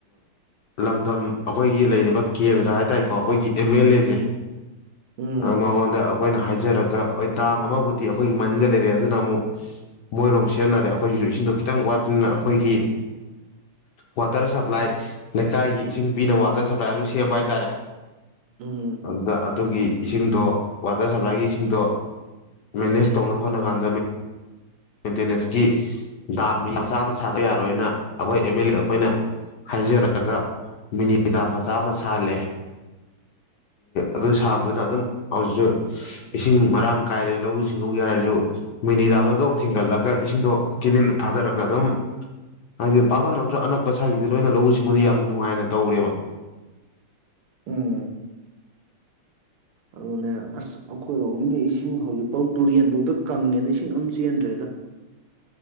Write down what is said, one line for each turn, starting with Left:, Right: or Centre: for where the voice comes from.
Left: ꯂꯝꯗꯝ ꯑꯩꯈꯣꯏꯒꯤ ꯂꯩꯔꯤꯕ ꯀꯦꯟꯗ꯭ꯔ ꯍꯥꯏꯇꯥꯔꯦꯀꯣ ꯑꯩꯈꯣꯏꯒꯤ ꯑꯦꯝ ꯑꯦꯜ ꯑꯦꯁꯦ
Right: ꯎꯝ ꯎꯝ
Left: ꯃꯉꯣꯟꯗ ꯑꯩꯈꯣꯏꯅ ꯍꯥꯏꯖꯔꯛ ꯗꯥꯝ ꯑꯃꯕꯨꯗꯤ ꯑꯩꯈꯣꯏꯒꯤ ꯃꯟꯒ ꯂꯩꯔꯦ ꯑꯗꯨꯅ ꯑꯃꯨꯛ ꯃꯣꯏꯔꯣꯝ ꯁꯤꯖꯤꯟꯅꯔꯦ ꯑꯩꯈꯣꯏꯁꯤꯁꯨ ꯏꯁꯤꯡꯗꯣ ꯈꯤꯇꯪ ꯋꯥꯠꯄꯅꯤꯅ ꯑꯩꯈꯣꯏꯒꯤ ꯋꯥꯇꯔ ꯁꯄ꯭ꯂꯥꯏ ꯂꯩꯀꯥꯏꯒꯤ ꯏꯁꯤꯡ ꯄꯤꯅꯕ ꯋꯥꯇꯔ ꯁꯄ꯭ꯂꯥꯏ ꯁꯦꯝꯕ ꯍꯥꯏꯇꯥꯔꯦ
Right: ꯎꯝ
Left: ꯑꯗꯨꯗ ꯑꯗꯨꯒꯤ ꯏꯁꯤꯡꯗꯣ ꯋꯥꯇꯔ ꯁꯄ꯭ꯂꯥꯏꯒꯤ ꯏꯁꯤꯡꯗꯣ ꯃꯦꯅꯦꯖ ꯇꯧꯅꯕ ꯍꯣꯠꯅ ꯀꯥꯟꯗ ꯃꯦꯟꯇꯦꯅꯦꯟꯁꯀꯤ ꯗꯥꯝ ꯃꯤ ꯃꯆꯥ ꯑꯃ ꯁꯥꯕ ꯌꯥꯔꯣꯏꯅ ꯑꯩꯈꯣꯏ ꯑꯦꯝ ꯑꯦꯜ ꯑꯦ ꯑꯩꯈꯣꯏꯅ ꯍꯥꯏꯖꯔꯒ ꯃꯤꯅꯤꯗꯥ ꯃꯆꯥ ꯑꯃ ꯁꯥꯍꯜꯂꯦ ꯑꯗꯨ
Right: ꯎꯝ
Left: ꯁꯥꯕꯗꯨꯅ ꯑꯗꯨꯝ ꯍꯧꯖꯤꯛꯁꯨ ꯏꯁꯤꯡ ꯃꯔꯥꯡ ꯀꯥꯏꯔꯦ ꯂꯧꯎ ꯁꯤꯡꯎꯒꯤ ꯍꯥꯏꯔꯁꯨ ꯃꯤꯅꯤꯗꯥꯝꯗꯗꯣꯛ ꯊꯤꯡꯒꯠꯂꯒ ꯦ ꯊꯥꯔꯒ ꯑꯗꯨꯝ ꯍꯥꯏꯗꯤ ꯄꯥꯛꯇꯛ ꯅꯠꯇ꯭ꯔ ꯑꯅꯛꯄ ꯂꯧ ꯁꯤꯃꯗꯤ ꯌꯥꯝ ꯅꯨꯡꯉꯥꯏꯅ ꯇꯧꯔꯦꯕ
Right: ꯎꯝ ꯑꯗꯨꯅꯦ ꯑꯁ ꯑꯩꯈꯣꯏꯔꯣꯝꯒꯤꯗꯤ ꯏꯁꯤꯡ ꯍꯧꯖꯤꯛꯐꯥꯎ ꯇꯨꯔꯦꯟꯐꯧꯗ ꯀꯪꯉꯦꯅ ꯏꯁꯤꯡ ꯑꯃ ꯆꯦꯟꯗ꯭ꯔꯦꯗ